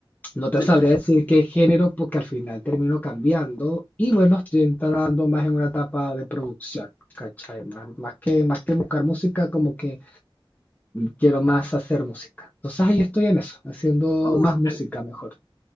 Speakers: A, on the left; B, on the left.
A: No te
B: Que-
A: sabría
B: que-
A: decir qué género, porque al final termino cambiando y bueno, estoy entrando más en una etapa de producción, ¿cachai? Más, más que, más que buscar música, como que quiero más hacer música. Entonces ahí estoy en eso, haciendo
B: oh,
A: más música
B: eh,
A: mejor.